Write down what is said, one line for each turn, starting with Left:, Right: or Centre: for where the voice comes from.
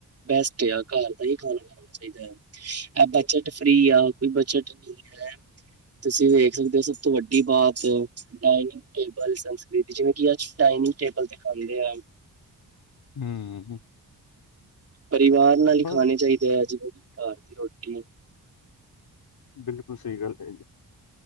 Right: ਬੈਸਟ ਆ ਘਰ ਦਾ ਹੀ ਖਾਣਾ ਖਣਾ। ਚਾਹੀਦਾ ਹੈ। ਇਹ ਬਜਟ ਫਰੀ ਆ ਕੋਈ ਬਜਟ ਨਹੀਂ ਹੈ। ਤੁਸੀਂ ਵੇਖ ਸਕਦੇ ਹੋ, ਸਭ ਤੋਂ ਵੱਡੀ ਬਾਤ ਡਾਇਨਿੰਗ ਟੇਬਲ ਸੰਸਕ੍ਰਿਤੀ, ਜਿਵੇਂ ਕੀ ਅੱਜ ਡਾਇਨਿੰਗ ਟੇਬਲ ਤੇ ਖਾਂਦੇ ਏ।
Left: ਹੂੰ ਹੂੰ
Right: ਪਰਿਵਾਰ ਨਾਲ ਹੀ
Left: ਬਸ
Right: ਖਾਣੇ ਚਾਹੀਦੇ ਐ। ਜਿਵੇਂ ਕਿ ਘਰ ਦੀ ਰੋਟੀ
Left: ਬਿਲਕੁਲ ਸਹੀ ਗੱਲ ਕਿਹ ਰਹਿ ਹੋ।